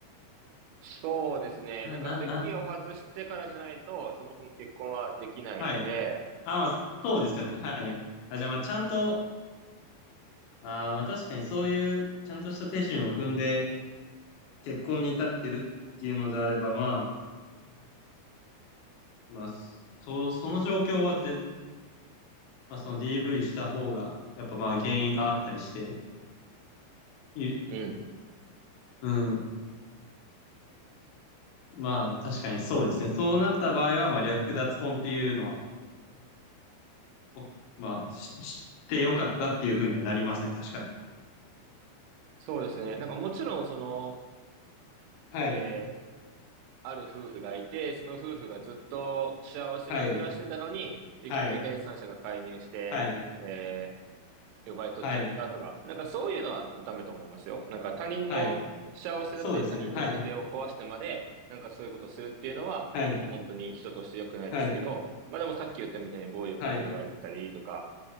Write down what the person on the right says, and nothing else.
そうですね。
なんか席を外してからじゃないと、
そもそも結婚はできないので、
うん。
そうですね。なんかもちろん、その、
えーある夫婦がいて、その夫婦がずっと幸せに暮らしてたのに、
いきなり第三者が介入して、
えー、奪い取っちゃったとか、
なんかそういうのはダメと思いますよ。なんか他人の幸せだったり他人の家庭を壊してまで、
なんかそういうことするっていうのは、
もう本当に人として良くないですけど、
まあでもさっき言ったみたいに暴力振るわれてたりとか、